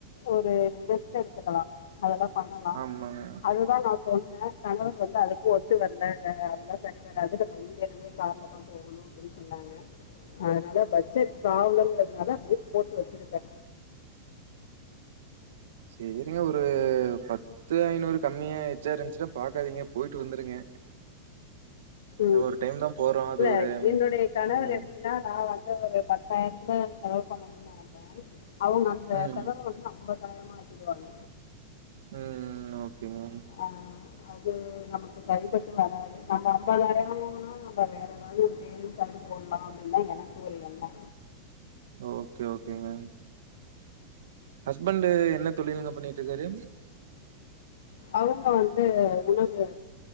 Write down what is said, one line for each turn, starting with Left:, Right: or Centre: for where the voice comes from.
Left: ஒரு ரெஸ்ட் எடுத்துக்கலா அதெல்லா பண்ணலா
Right: ஆமாங்க
Left: அதுதா நா சொன்ன கணவர் வந்து அதுக்கு ஒத்து வரலை அதல்லா சரி வராது நம்ம இங்கேயருந்தே கார்ல் தா போகணு ப்டின் சொன்னாங்க அதனால பட்ஜெட் ப்ராளம்ளம்னால போ வச்சிருக்க
Right: சேரிங்க ஒரு பத்து ஐநூறு கம்மியா எச்சாரு இருந்துச்சுன்னா பாக்காதீங்க போயிட்டு வந்துருங்க
Left: ம்
Right: ஒரு டைம் தா போறோ அது
Left: இல்ல
Right: ஒரு
Left: என்னுடைய கணவர்
Right: ம்
Left: எப்டின்னா நா வந் ஒரு பத்தாயிரத்துல செலவு பண்ணணும்னு நெனைப்பே அவொங்கந்த
Right: ம்
Left: செலவ வந்து ஐம்பதாயிரமா ஆக்கிடுவாங்க
Right: உம் ஓகேங்க
Left: ஆ அது நமக்கு சரிபட்டு வராது நம்ம ஐம்பதாயிரோனா நம்ம வேற ஏதாவது சேவிங்ஸ் தாவது போட்லா அப்டின் தா எனக்கு ஒரு எண்ணொ
Right: ஓகே ஓகேங்க ஹஸ்பண்டூ என்ன தொழிலுங்க பண்ணிட்ருக்காரு
Left: அவுங்க வந்தூ உணவூ